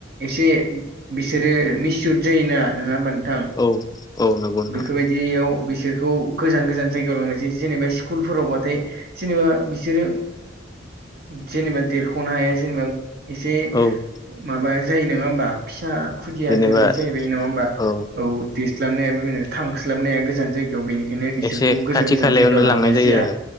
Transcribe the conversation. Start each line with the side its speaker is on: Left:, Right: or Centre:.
Right: एसे बिसोरो मिसुरद जायोना नंङा होमबा नोंथां?
Left: औ औ नंगौ नोंथां
Right: बेफोरबाय दियाव बिसोरखौ गोजान गोजान जायगायाव लांनाय जायो जेनेबा स्कुलफोरावबाथाय जेनेबा बिसोरो जेनेबा देरख'नो हाया जेनेबा एसे
Left: औ
Right: माबा जायो नोंङा होमबा फिसा खुदिया
Left: जेनेबा
Right: टाइपनि जाहैबाय नंङा होमबा
Left: औ
Right: औ स्लाबनो हाया बेनो थांस्लाबनाया गोजान जायगायाव बेनो बेखायनो बिसोरखौ
Left: एसे
Right: गोजान
Left: खाथि
Right: गोजान
Left: खालायावनो
Right: जायगायाव लांनाय
Left: जायो
Right: जाया
Left: आरो